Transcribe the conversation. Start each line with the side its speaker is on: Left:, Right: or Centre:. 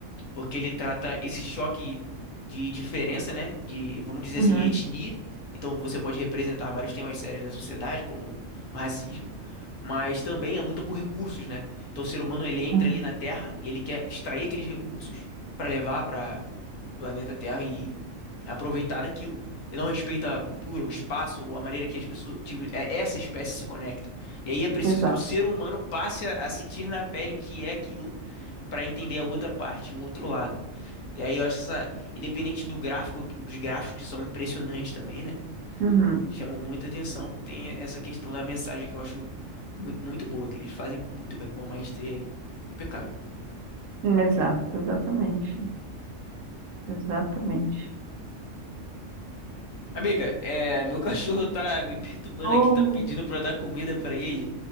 Left: porque ele trata esse choque de diferença, né? De, vamos dizer
Right: Uhum.
Left: assim, etnia. Então você pode representar vários temas sérios da sociedade, como o racismo, mas também a luta por recursos, né? Então o ser humano ele entra
Right: Uhum.
Left: ali na Terra e ele quer extrair aqueles recursos para levar para o planeta Terra e aproveitar daquilo. E não respeita a cultura, o espaço, ou a maneira que as pessoas, que é- essa espécie se conecta. E aí é preciso
Right: Exato.
Left: que o ser humano passe a a sentir na pele o que é aquilo para entender a outra parte, o outro lado. E aí eu acho essa, independente do gráfico, dos gráficos que são impressionantes também, né?
Right: Uhum.
Left: Chamam muita atenção. Tem essa questão da mensagem que eu acho muito, muito boa, que eles fazem muito bem, com uma maestria impecável.
Right: Hum, Exato, exatamente. Exatamente.
Left: Amiga, é, meu <laughs> cachorro tá me perturbando
Right: Oh,
Left: aqui, tá pedindo pra eu dar comida pra ele.